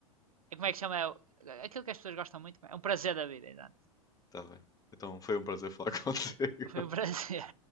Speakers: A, on the right (about 80°); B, on the left (about 20°).
A: é como é que chama? É, aquilo que as pessoas gostam muito. É um prazer da vida, exato.
B: Tá bem. Então foi um prazer falar <laughs> contigo.
A: Foi, foi um <laughs> prazer.